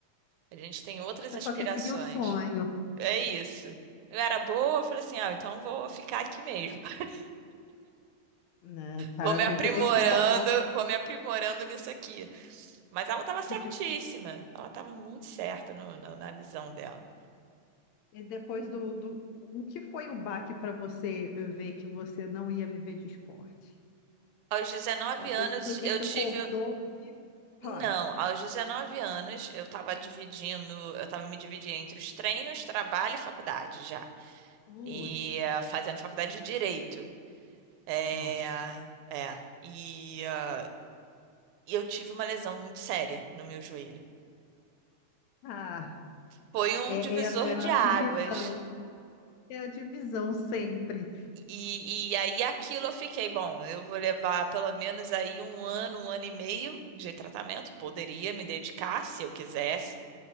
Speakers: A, on the right; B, on the left.
A: a gente tem outras
B: Você
A: aspirações.
B: só quer seguir o sonho,
A: É isso. Eu era boa, eu falei assim, ah, então vou ficar aqui mesmo. <laughs>
B: né, cara?
A: Vou me
B: Viver-
A: aprimorando,
B: Eu fico olhando.
A: vou me aprimorando nisso aqui. Mas ela estava
B: <laughs>
A: certíssima. Ela estava muito certa no- no- na visão dela.
B: E depois do, do... O que foi o baque para você ver que você não ia viver de esporte?
A: Aos 19
B: Você
A: anos,
B: simplesmente
A: eu tive
B: acordou um dia e pá,
A: Não, aos 19 anos eu estava dividindo, eu estava me dividindo entre os treinos, trabalho e faculdade já.
B: putz,
A: E eh, fazendo faculdade de direito. É,
B: nossa.
A: é, e eh, e eu tive uma lesão muito séria no meu joelho.
B: Ah,
A: Foi um
B: é,
A: divisor
B: é, é
A: de
B: a
A: águas.
B: divisão, é a divisão sempre.
A: E, e aí aquilo eu fiquei, bom, eu vou levar pelo menos aí um ano, um ano e meio de tratamento, poderia me dedicar se eu quisesse.